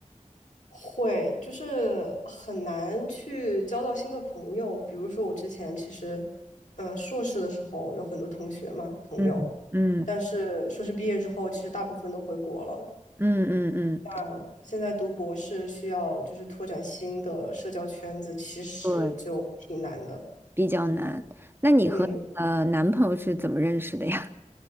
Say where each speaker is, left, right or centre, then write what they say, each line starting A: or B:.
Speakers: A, on the left; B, on the right.
A: 会，就是很难去交到新的朋友。比如说，我之前其实，嗯、硕士的时候有很多同学嘛，朋友，
B: 嗯，嗯
A: 但是硕士毕业之后，其实大部分都回国了。
B: 嗯嗯嗯，
A: 那现在读博士需要就是拓展新的社交圈子，其实就挺难的。
B: 对，比较难。那你和呃男朋友是怎么认识的呀？
A: 嗯